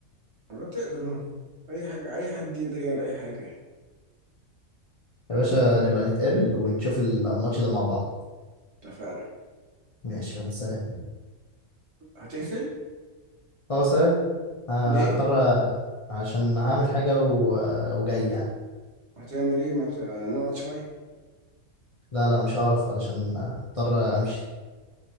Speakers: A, on the right; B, on the left.
A: بتقدر أي حاجة أي حد يقدر يعمل أي حاجة
B: يا باشا نبقى نتقابل ونشوف الماتش ده مع بعض
A: اتفقنا
B: ماشي يلا سلام
A: هتقفل؟
B: اه سلام آه،
A: ليه؟
B: هضطر عشان هعمل حاجة و... وجاي يعني
A: هتعمل إيه؟ ما خ... نقعد شوية؟
B: لا لا مش هعرف علشان مضطر امشي